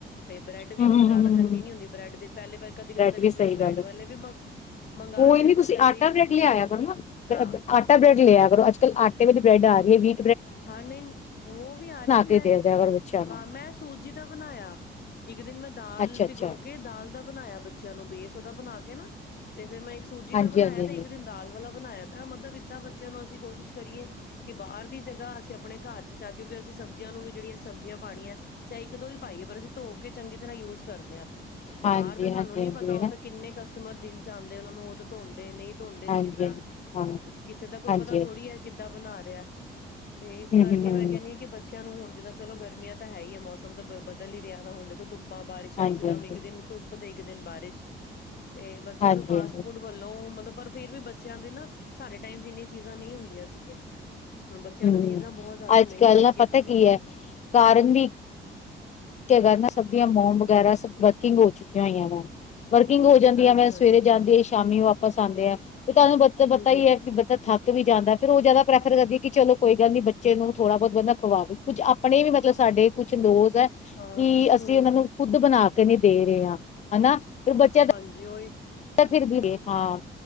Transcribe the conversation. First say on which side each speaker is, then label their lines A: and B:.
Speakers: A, on the left (about 50°); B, on the left (about 35°).
A: ਤੇ ਬ੍ਰੈੱਡ ਵੀ
B: ਹਮ
A: ਹੁਣ ਜ਼ਿਆਦਾ ਚੰਗੀ ਨੀ ਹੁੰਦੀ ਬ੍ਰੈਡ ਦੇ ਪਹਿਲੇ ਪਹਿ ਕਦੀ
B: ਬ੍ਰੈਡ
A: ਕਦੇ ਤਾਂ ਵਿੱਚ
B: ਵੀ ਸਹੀ
A: ਬ੍ਰੈਡ
B: ਗੱਲ ਕੋਈ
A: ਵਾਲੇ ਵੀ ਮੰਗ ਮੰਗਾਤੇ
B: ਨੀ ਤੁਸੀਂ
A: ਪਰ ਕਦੇ
B: ਆਟਾ ਬਰੈਡ ਲਿਆਇਆ ਕਰੋ ਨਾ
A: ਹਾਂ
B: ਆਟਾ ਬ੍ਰੈਡ ਲਿਆ ਕਰੋ ਅੱਜ ਕੱਲ ਆਟੇ ਵਿੱਚ ਬ੍ਰੈਡ ਆ ਰਹੀ ਹੈ ਵੀ
A: ਹਾਂ ਨਹੀਂ ਉਹ ਵੀ ਆ ਰਹੀ
B: ਕੇ
A: ਮੈਂ
B: ਦੇ ਦਿਆ ਕਰੋ ਬੱਚਿਆਂ ਨੂੰ
A: ਹਾਂ ਮੈਂ ਸੂਜੀ ਦਾ ਬਣਾਇਆ ਇੱਕ ਦਿਨ ਮੈਂ ਦਾਲ
B: ਅੱਛਾ
A: ਭਿਗੋ
B: ਅੱਛਾ
A: ਕੇ ਦਾਲ ਦਾ ਬਣਾਇਆ ਬੱਚਿਆਂ ਨੂੰ ਬੇਸ ਉਹਦਾ ਬਣਾ ਕੇ ਨਾ ਤੇ ਫੇਰ ਮੈਂ ਸੂਜੀ
B: ਹਾਂਜੀ
A: ਦਾ ਬਣਾਇਆ
B: ਹਾਂਜੀ
A: ਤੇ ਇੱਕ ਦਿਨ ਦਾਲ ਵਾਲਾ ਬਣਾਇਆ ਤਾਂ ਮਤਲਬ ਏਦਾਂ ਬੱਚਿਆਂ ਨੂੰ ਅਸੀਂ ਕੋਸ਼ਿਸ਼ ਕਰੀਏ ਕਿ ਬਾਰ ਦੀ ਜਗ੍ਹਾ ਅਸੀਂ ਆਪਣੇ ਘਰ ਚ ਆ ਕਿਉਂਕਿ ਅਸੀਂ ਸਬਜ਼ੀਆਂ ਨੂੰ ਵੀ ਜਿਹੜੀਆਂ ਸਬਜ਼ੀਆਂ ਪਾਣੀਆਂ ਚਾਹੇ ਇੱਕ ਦੋ ਹੀ ਪਾਈਏ ਪਰ ਅਸੀ ਧੋ ਕੇ ਚੰਗੀ ਤਰ੍ਹਾਂ ਯੂਜ ਕਰਦੇ ਹਾਂ। ਤੇ
B: ਹਾਂਜੀ
A: ਬਾਹਰ ਤਾਂ ਸਾਨੂੰ
B: ਹਾਂਜੀ ਹਾਂਜੀ ਹਾਂਜੀ
A: ਨੀ ਪਤਾ
B: ਨਾ
A: ਉਹ ਤਾਂ ਕਿੰਨੇ ਕਸਟਮਰ ਦਿਨ ਚ ਆਂਦੇ ਉਹ ਨੂੰ ਉਹ ਤਾਂ ਧੋਂਦੇ ਨੀ ਧੋਂਦੇ
B: ਹਾਂਜੀ
A: ਚੀਜ਼ਾਂ
B: ਹਾਂਜੀ ਹਾਂ
A: ਕਿਸੇ ਦਾ ਕੋਈ
B: ਹਾਂਜੀ
A: ਪਤਾ ਥੋੜ੍ਹੀ ਹੈ ਕਿੱਦਾਂ ਬਨਾ <unintelligible> ਤੇ
B: ਹੂੰ
A: ਇਸ ਕਰਕੇ
B: ਹੂੰ ਹੂੰ
A: ਮੈਂ ਕਹਿੰਦੀ ਹਾਂ ਕਿ ਬਚ ਨੂੰ ਹੁਣ ਜਿੱਦਾਂ ਚਲੋ ਗਰਮੀਆਂ ਤਾਂ ਹੈ ਹੀ ਆ ਮੌਸਮ ਤਾਂ ਬਦਲ ਹੀ ਰਿਹਾ ਵ ਹੁਣ ਦੇਖੋ ਧੁਪ ਪਾ ਬਾਰਿਸ਼ਾਂ
B: ਹਾਂਜੀ
A: ਇਕ ਦਮ
B: ਹਾਂਜੀ
A: ਇੱਕ ਦਿਨ ਧੁੱਪ ਤੇ ਇਕ ਦਿਨ ਬਾਰਿਸ਼। ਤੇ ਬੱਚਿਆਂ
B: ਹਾਂਜੀ
A: ਨੂੰ ਫਾਸਟ
B: ਹਾਂਜੀ
A: ਫੂਡ ਵੱਲੋਂ ਮਲਬ ਪਰ ਫਿਰ ਵੀ ਬੱਚਿਆਂ ਦੇ ਨਾ ਸਾਡੇ ਟਾਈਮ ਚ ਇੰਨੀਆਂ ਚੀਜ਼ਾਂ ਨਹੀਂ ਹੁੰਦੀਆਂ ਸੀਗੀਆਂ। ਹੁਣ ਬੱਚਿਆਂ
B: ਹਮ
A: ਨੂੰ ਚੀਜ਼ਾਂ ਬਹੁਤ ਜ਼ਿਆਦਾ
B: ਅੱਜ
A: ਮਿਲ
B: ਕੱਲ
A: ਗਈਆਂ
B: ਦਾ
A: ਚਿਪਸ
B: ਪਤਾ
A: ਤੇ
B: ਕੀ ਹੈ ਕਾਰਨ ਵੀ ਤੇ ਹੈਗਾ ਨਾ ਸਭ ਦੀਆਂ ਮੋਮ ਵਗੈਰਾ ਸ ਵਰਕਿੰਗ ਹੋ ਚੁੱਕੀਆਂ ਹੋਈਆਂ ਨੇ। ਵਰਕਿੰਗ ਹੋ ਜਾਂਦੀਆ
A: ਹਾਂਜੀ
B: ਨੇ
A: ਹਾਂਜੀ
B: ਸਵੇਰੇ ਜਾਂਦੀ ਆ ਸ਼ਾਮੀ ਵਾਪਸ ਆਉਂਦੇ ਆ ਫ ਤੁਹਾਨੂੰ ਬ ਪਤਾ
A: ਹਾਂਜੀ
B: ਹੀ ਹੈ ਬ ਥੱਕ ਵੀ ਜਾਂਦਾ ਫੇਰ ਉਹ ਜ਼ਿਆਦਾ ਪ੍ਰੈਫਰ ਕਰਦੀ ਕਿ ਚਲੋ ਕੋਈ ਗੱਲ ਨੀ ਬੱਚੇ ਨੂੰ ਥੋੜਾ ਬਹੁਤ ਬੰਦਾ ਖਵਾਓੋ ਕੁੱਝ ਆਪਣੇ ਵੀ ਮਤਲਬ ਸਾਡੇ ਕੁਛ ਲੋਜ਼ ਹੈ। ਕਿ
A: ਹਾਂ ਸੋ
B: ਅਸੀਂ ਉਹਨਾ ਨੂੰ ਖੁੱਦ ਬਨਾ ਕਿ ਨਹੀਂ ਦੇ ਰਹੇ ਹ ਹਨਾ। ਬੱਚਿਆਂ
A: ਹਾਂਜੀ ਉਹੀ
B: <unintelligible> ਹਾਂ।